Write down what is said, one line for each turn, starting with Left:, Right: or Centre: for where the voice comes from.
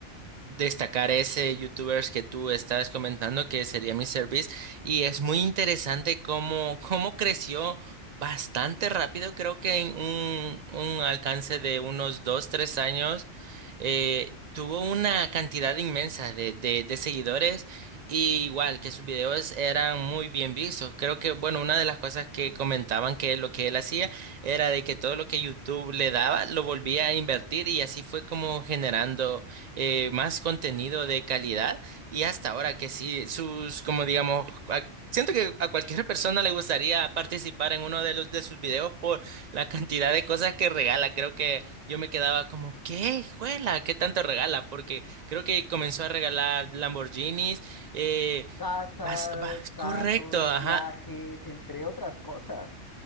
Right: destacar ese youtubers que tú estabas comentando que sería mi service y es muy interesante cómo, cómo creció bastante rápido, creo que en un, un alcance de unos dos, tres años eh, tuvo una cantidad inmensa de, de, de seguidores y igual que sus videos eran muy bien vistos. Creo que, bueno, una de las cosas que comentaban que lo que él hacía era de que todo lo que YouTube le daba lo volvía a invertir y así fue como generando eh, más contenido de calidad y hasta ahora que sí, sus, como digamos, a- siento que a cualquier persona le gustaría participar en uno de los de sus videos por la cantidad de cosas que regala. Creo que yo me quedaba como, ¿qué, juela? ¿Qué tanto regala? Porque creo que comenzó a regalar Lamborghinis, eh,
Left: Casas,
Right: vas- vas-
Left: carros,
Right: correcto, ajá.
Left: viajes, entre otras cosas.